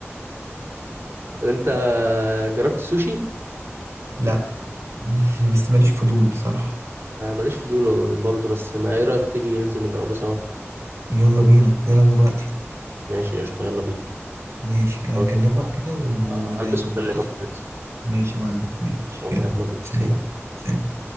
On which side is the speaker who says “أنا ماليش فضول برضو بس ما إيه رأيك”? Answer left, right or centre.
Right